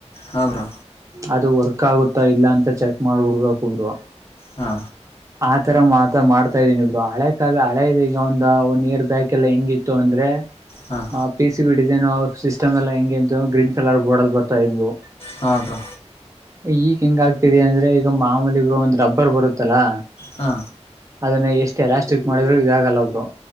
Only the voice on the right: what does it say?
ಅದು ವರ್ಕ್ ಆಗುತ್ತಾ ಇಲ್ಲ ಅಂತ ಚೆಕ್ ಮಾಡ್ಬಿಡ್ಬೇಕ ಹುದ್ರು
ಆತರ ಮಾತ ಮಾಡ್ತಾ ಇದ್ದೀನಿ ಇಬ್ರು ಹಳೆ ಕಾದ ಹಳೆ ಇದೆ ಈಗ ಒಂದ ಒಂದ್ ಇಯರ್ ಬ್ಯಾಕ್ ಎಲ್ಲ ಹೆಂಗಿತ್ತು ಅಂದ್ರೆ
ಆ P C B design system ಎಲ್ಲಾ ಹೆಂಗಗೆಂತ ಗ್ರೀನ್ ಕಲರ್ ಬೋರ್ ಅಲ್ ಬರ್ತಾ ಇದ್ವು
ಈಗ ಹಿಂಗ ಆಗ್ತಿದೆ ಅಂದ್ರೆ ಈಗ ಮಾಮೂಲಿಗ ಒಂದ್ ರಬ್ಬರ್ ಬರುತ್ತಲ್ಲಾ
ಅದನ್ನ ಎಷ್ಟು ಎಲಾಸ್ಟಿಕ್ ಮಾಡಿದ್ರು ಇದಾಗಲ್ಲ ಒಬ್ರು